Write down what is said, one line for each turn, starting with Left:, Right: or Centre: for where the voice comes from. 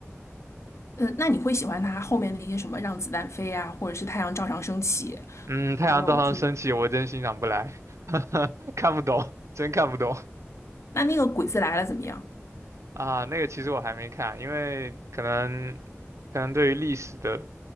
Left: 嗯，那你会喜欢他后面那些什么《让子弹飞》啊，或者是《太阳照常升起》，
Right: 嗯，太阳照常升起，
Left: 还有就
Right: 我真欣赏不来，<laughs> 看不懂，真看不懂。
Left: 那那个《鬼子来了》怎么样？
Right: 啊，那个其实我还没看，因为可能可能对于历史的，